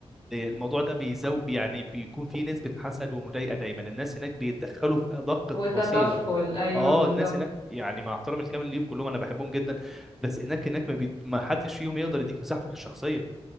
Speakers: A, in the centre; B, on the left.
A: دي- الموضوع ده بيزو يعني بيكون فيه نسبه حسد ومضايقه دايما الناس هناك بيتدخلوا في ادق
B: وتطفل
A: تفاصيلك
B: ايوه
A: اه
B: بالظبط
A: الناس هناك يعني مع احترامي الكامل ليهم كلهم انا بحبهم جدا بس هناك هناك ما, بي... ما حدش فيهم يقدر يديك مساحتك الشخصيه